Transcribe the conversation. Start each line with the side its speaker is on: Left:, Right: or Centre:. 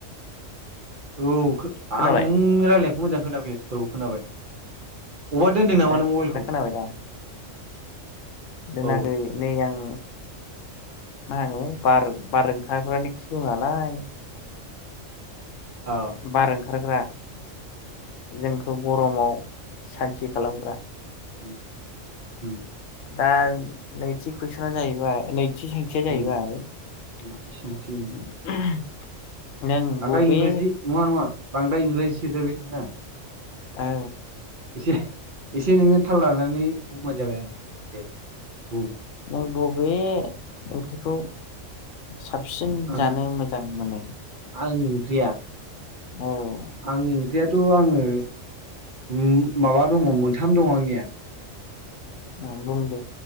Right: औ खो
Left: खोनाबाय
Right: आं नों रालाय <unintelligible> मोजां खोनाफैयाखै औ खोनाबाय अबबा दोनदों नामा
Left: दा
Right: नों मबाइलखौ
Left: दा खोनाबाय दा
Right: औ
Left: दोनाखै नै आं मा होनो बार बार ओंखारग्रानि खिथुनालाय
Right: औ
Left: बार ओंखारग्रा। जोंखौ गरमाव सान्थि खालामग्रा।
Right: उम।
Left: दा नैथि कुइसना जाहैबाय नैथि सोंथिया जाहैबाय।
Right: उम ओंथि सोंथि
Left: <unintelligible> नों
Right: बांद्राय
Left: बबे
Right: इंराजि नङा नङा बांद्रायर इंराजि सदोरबाय थानो नाङा।
Left: औ।
Right: एसे एसे नोङो थाल लानानै बुंबानो जाबाय आरो दे बुं।
Left: नों बबे ओंख्रिखौ साबसिन
Right: आं
Left: जानो मोजां मोनो?
Right: आंनि ओंख्रिया
Left: औ
Right: आंनि ओंख्रियाथ' आङो उम माबा दङ मोनथाम दङ आंनिया।
Left: ओ बुं दे।